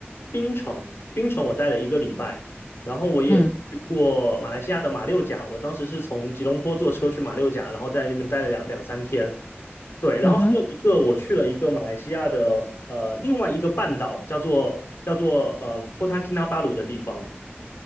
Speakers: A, on the left; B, on the left.
A: 槟城，槟城我待了一个礼拜。然后我也去过马来西亚的马六甲，
B: 嗯
A: 我当时是从吉隆坡坐车去马六甲，然后在那边待了两两三天。对，然后还有一个，
B: 嗯哼，
A: 我去了一个马来西亚的呃另外一个半岛，叫做叫做呃 Kota Kinabalu 的地方。